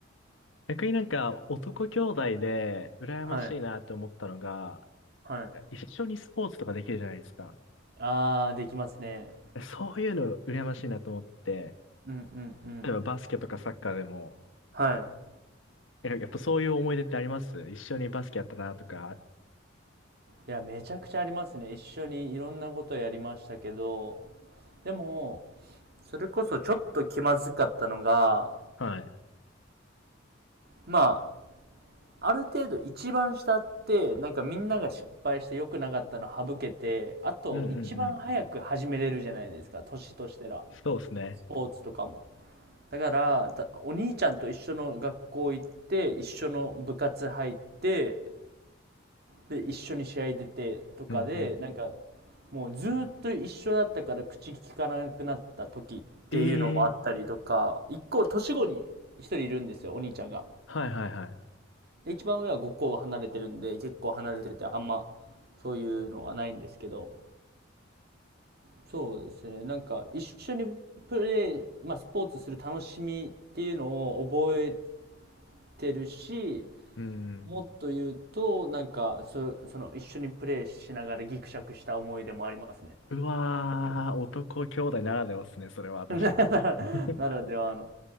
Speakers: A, on the left (about 75°); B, on the right (about 55°).
A: 逆になんか男兄弟で羨ましいなって思ったのが、
B: はい、はい。
A: 一緒にスポーツとかできるじゃないですか。
B: あー、できますね。
A: そういうの羨ましいなと思って、
B: うんうんうん。
A: 例えばバスケとかサッカーでも、
B: はい。
A: えやっぱそういう思い出ってあります一緒にバスケやったなとか。
B: いや、めちゃくちゃありますね。一緒にいろんなことやりましたけど、でも、それこそちょっと気まずかったのが、
A: はい。
B: まあ、ある程度一番下って、なんかみんなが失敗して良くなかったの省けて、あと一番早く始めれるじゃないですか、
A: うんうんうん。
B: 年としてら。
A: そうですね。
B: スポーツとかも。だから、お兄ちゃんと一緒の学校行って、一緒の部活入って、で、一緒に試合出てとかで、
A: うんうん。
B: なんか、もうずーっと一緒だったから口聞かなくなった時っていうのもあったりとか、
A: ええ
B: 一個年後に一人いるんですよ、お兄ちゃんが。
A: はいはいはい。
B: で、一番上は5個離れてるんで、結構離れてて、あんまそういうのはないんですけど、そうですね、なんか一緒にプレー、まあスポーツする楽しみっていうのを覚えてるし、
A: うん。
B: もっと言うと、なんかそ、その一緒にプレーしながらギクシャクした思い出もありますね。
A: うわー、男兄弟ならではですね、それは確かに。
B: <laughs>
A: <laughs>
B: ならではの。